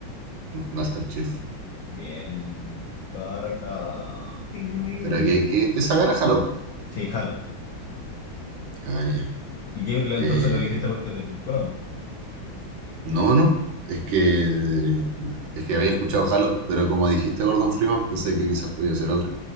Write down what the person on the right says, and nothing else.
Master Chief.
Pero
que, que, que se agarra, jalo.
Ah, ya.
Eh,
no, no. Es que, es que había escuchado Halo, pero como dijiste Gordon Freeman, pensé que quizás podía ser otro.